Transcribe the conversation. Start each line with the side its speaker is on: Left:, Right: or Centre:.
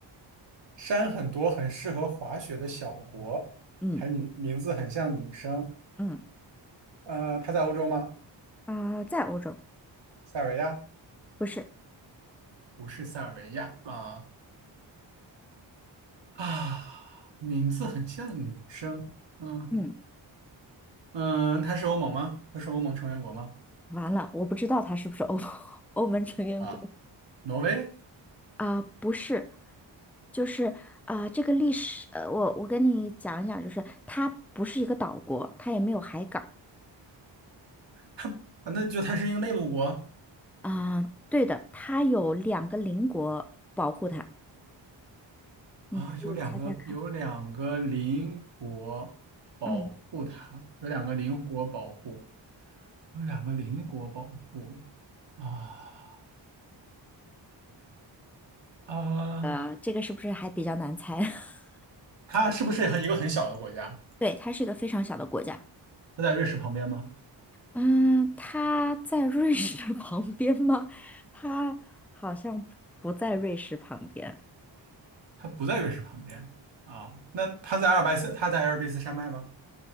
Right: 山很多很适合滑雪的小国，
Centre: 嗯
Right: 还女名字很像女生。
Centre: 嗯
Right: 呃，它在欧洲吗？
Centre: 啊、在欧洲，
Right: 塞尔维亚？
Centre: 不是。
Right: 不是塞尔维亚啊啊，名字很像女生。嗯
Centre: 嗯，
Right: 嗯，它是欧盟吗？它是欧盟成员国吗？
Centre: 完了，我不知道它是不是欧 <laughs> 欧盟成员国
Right: 啊。挪威，
Centre: 啊、不是，就是啊、这个历史，呃，我我跟你讲一讲，就是它不是一个岛国，它也没有海港
Right: 它啊那就它是一个内陆国
Centre: 啊、对的，它有两个邻国保护它，你可以猜猜看。
Right: 啊，有两个有两个邻国保护它，
Centre: 嗯，
Right: 有两个邻国保护，有两个邻国保护啊啊，
Centre: 呃，这个是不是还比较难猜？<laughs>
Right: 它是不是很一个很小的国家？
Centre: 对，它是一个非常小的国家。
Right: 它在瑞士旁边吗？
Centre: 嗯，它在瑞士的 <laughs> 旁边吗？它好像不在瑞士旁边，
Right: 它不在瑞士旁边啊，那它在阿尔卑斯，它在阿尔卑斯山脉吗？